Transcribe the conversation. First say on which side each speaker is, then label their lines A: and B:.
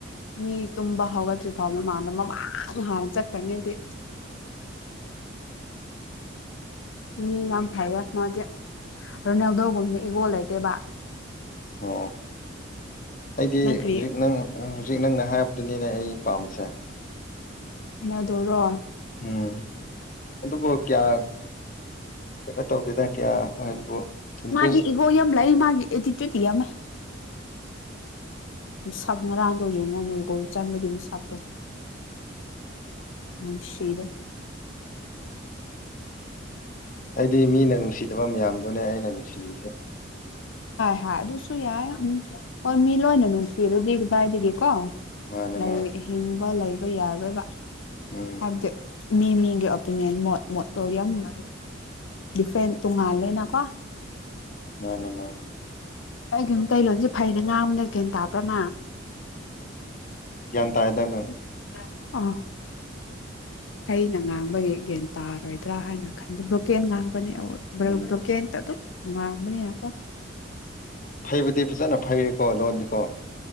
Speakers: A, on the left; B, on the left.
A: ꯃꯤ ꯇꯨꯝꯕ ꯍꯧꯒꯠꯇ꯭ꯔꯤ ꯐꯥꯎ ꯃꯃꯥꯡꯗ ꯃꯃ ꯍꯥꯟꯅ ꯆꯠꯈ꯭ꯔꯅꯤꯗꯤ ꯃꯤ ꯌꯥꯝ ꯐꯩꯌꯦ ꯃꯥꯗꯤ ꯔꯣꯅꯥꯜꯗꯣꯒꯨꯝꯕꯗꯤ ꯏꯒꯣ ꯂꯩꯇꯦꯕ
B: ꯑꯣ ꯑꯩꯗꯤ
A: ꯅꯪ ꯀ꯭ꯔꯤ
B: ꯍꯧꯖꯤꯛ ꯅꯪ ꯍꯧꯖꯤꯛ ꯅꯪꯅ ꯍꯥꯏꯕꯗꯨꯅꯤ ꯑꯩ ꯄꯥꯝꯁꯦ
A: ꯗꯔꯣ
B: ꯑ ꯑ ꯑꯗꯨꯕꯨ ꯀꯌꯥ ꯀꯩꯅꯣ ꯇꯧꯗꯗ ꯀꯌꯥ ꯑꯗꯨꯕꯨ ꯏꯟꯇꯔꯦꯁ
A: ꯃꯥꯗꯤ ꯏꯒꯣ ꯌꯥꯝ ꯂ ꯂꯩ ꯃꯥꯒꯤ ꯇꯇꯌꯥ ꯃ ꯎ ꯃꯤꯁꯛ ꯉꯔꯥꯡꯗꯣ ꯌꯦꯡꯉꯣ ꯃꯨꯀꯣ ꯆꯟꯂꯒꯤ ꯃꯤꯁꯥꯛꯇꯣ ꯎ ꯁꯤꯗ
B: ꯍꯥꯏꯗꯤ ꯃꯤꯅ ꯅꯨꯡꯁꯤꯗꯕ ꯌꯥꯝꯅꯤ ꯑꯗꯨꯅꯦ ꯑ ꯅ ꯊꯁ
A: ꯊꯥ ꯑꯗꯨꯁꯨ ꯌꯥꯏ ꯎꯝ ꯍꯣꯏ ꯃꯤ ꯂꯣꯏꯅ ꯅꯨꯡꯁꯤꯕꯗꯤ ꯑꯗꯨꯗꯥꯏꯗꯒꯤ ꯀꯣ
B: ꯃꯥꯅꯦ
A: ꯂꯩ
B: ꯃꯥꯅꯦ
A: ꯍꯤꯡꯕ ꯂꯩ ꯌꯥꯔꯔꯣꯏꯕ
B: ꯎꯝ
A: ꯑꯗ ꯃꯤ ꯃꯤꯒꯤ ꯑꯣꯄꯤꯅꯤꯌꯟ ꯃꯣꯠ ꯃꯣꯠꯇꯣ ꯌꯥꯝ ꯅꯨꯡꯉꯥꯏ ꯐ꯭ꯔꯦꯟ ꯇꯨꯡ ꯉ ꯃꯥꯂꯦꯝꯂꯅ ꯀꯥ
B: ꯑꯅꯦ ꯃꯥ
A: ꯑꯩꯒꯤ ꯃꯨꯝꯇꯩꯂꯣꯟꯣꯟꯁꯦ ꯐꯩꯅ ꯉꯥꯝꯅꯒꯦ ꯇꯥꯕ꯭ꯔꯃ
B: ꯒ꯭ꯌꯥꯟ ꯇꯥꯏꯗ
A: <inaudible>
B: ꯑꯗꯨꯝ
A: ꯑꯥ ꯍꯩꯅ ꯉꯥꯡꯕꯒꯤ ꯒꯌꯥꯟ ꯇꯥꯔꯣꯏꯗ꯭ꯔꯥ ꯍꯥꯏꯅ ꯈꯟꯕꯗꫭꯀꯦꯟ ꯉꯥꯟ ꯅꯤꯕ꯭ꯔꯣ
B: ꯎꯝ
A: ꯀꯦꯦꯟ ꯑꯗꯨꯣ ꯉꯥꯡꯕꯅꯤꯅ ꯀꫭ
B: ꯐꯩꯕꯗꯤ ꯐꯖꯅ ꯐꯩꯔꯀꯣ ꯂꯣꯟꯗꯨ ꯍꯣ